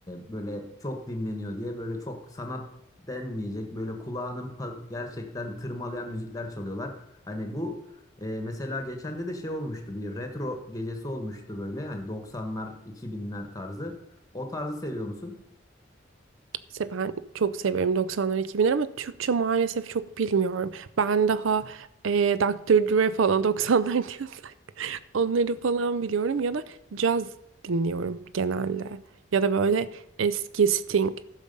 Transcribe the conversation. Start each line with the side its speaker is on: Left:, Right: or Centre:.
Left: böyle çok dinleniyor diye böyle çok sanat denmeyecek böyle kulağının pa- gerçekten tırmalayan müzikler çalıyorlar. Hani bu ee, mesela geçen de de şey olmuştu bir retro gecesi olmuştu böyle hani 90'lar 2000'ler tarzı. O tarzı seviyor musun?
Right: Se- Ben çok severim 90'lar 2000'ler ama Türkçe maalesef çok bilmiyorum. Ben daha e, Dr. Dre falan 90'lar diyorsak <laughs> onları falan biliyorum ya da caz dinliyorum genelde. Ya da böyle eski Sting